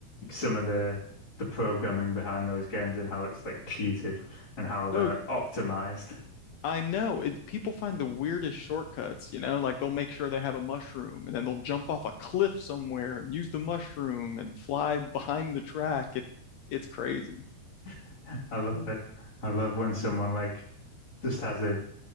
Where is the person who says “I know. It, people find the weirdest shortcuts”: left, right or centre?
Left